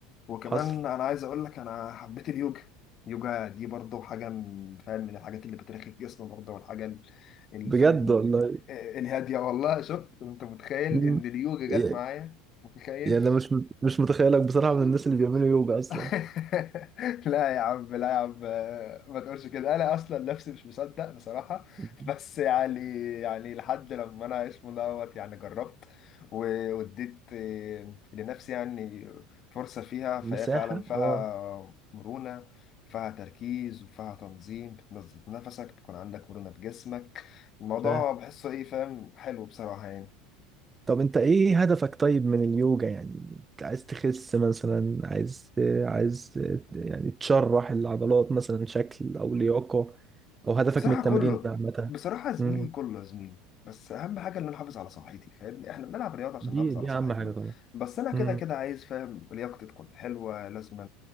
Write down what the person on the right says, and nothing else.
حصل
بجد
والله
مم.
إيه،
يعني انا مش مش متخيلك بصراحة من الناس اللي بيعملوا يوجا اصلا
<laughs>
مساحة
اه
ف
طب انت ايه هدفك طيب من اليوجا يعني انت عايز تخس مثلا عايز عايز يعني تشرح العضلات مثلا شكل او لياقة او هدفك
من التمرين
عامة
مم.
دي
دي
اهم حاجة طبعا
مم.